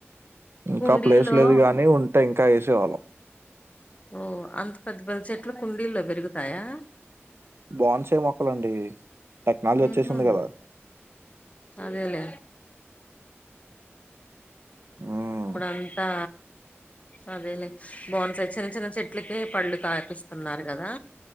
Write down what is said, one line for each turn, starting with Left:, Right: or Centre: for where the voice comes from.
Right: ఇంకా
Left: కుండీల్లో
Right: ప్లేస్ లేదు గాని, ఉంటే ఇంకా ఏసు చేవలం
Left: ఓ అంత పెద్ద పెద్ద చెట్లు కుండీల్లో పెరుగుతాయా.
Right: బోన్సాయ్ మొక్కలండి. టెక్నాలజీ
Left: ఉహు
Right: వచ్చేసింది కదా
Left: అదేలే
Right: ఉమ్
Left: ఇప్పుడు అంతా అదేలే బోన్సాయ్ చిన్న చిన్న చెట్లకే పళ్ళు కాపిస్తున్నారు కదా.